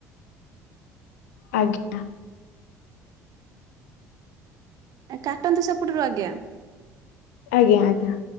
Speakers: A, on the left (about 65°); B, on the right (about 45°).
A: ଆଜ୍ଞା।
B: କାଟନ୍ତୁ ସେପଟରୁ ଆଜ୍ଞା!
A: ଆଜ୍ଞା ଆଜ୍ଞା।